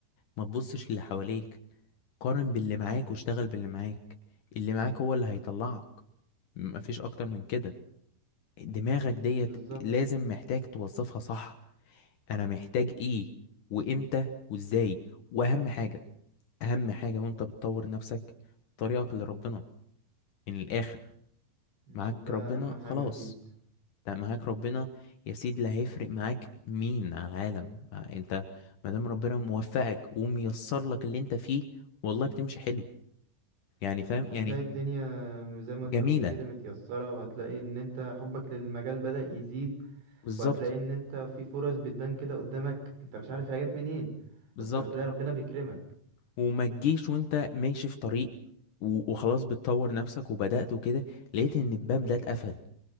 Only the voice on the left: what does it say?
ما تبصش اللي حواليك قارن باللي معاك واشتغل باللي معاك اللي معاك هو اللي هيطلعك مفيش اكتر من كده دماغك ديت
لازم محتاج توظفها صح انا محتاج ايه وامتى وازاي واهم حاجه اهم حاجه وانت بتطور نفسك طريقك لربنا من الاخر
معاك
ربنا
خلاص
ده معاك ربنا يا سيدي لا هيفرق معاك مين على العالم مع- انت مادام ربنا موفقك وميسر لك اللي انت فيه والله بتمشي حلو يعني فاهم
يعني
جميله
بالظبط
بالظبط
وما تجيش وانت ماشي في طريق و- وخلاص بتطور نفسك وبدأت وكده لقيت ان الباب ده اتقفل